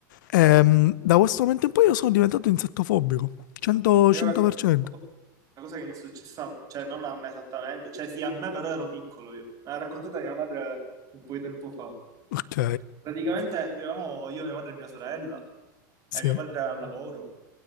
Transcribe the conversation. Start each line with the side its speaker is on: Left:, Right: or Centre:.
Left: ehm, da questo momento in poi io sono diventato insettofobico, 100,
Right: genere.
Left: 100%.
Right: Io ti- Una cosa che mi è successa, cioè non a me esattamente, cioè sì a me però ero piccolo io. Me l'ha raccontata mia madre un po' di tempo fa.
Left: Ok,
Right: Praticamente vivevamo io, mia madre e mia sorella, e
Left: sì,
Right: mio padre era al lavoro,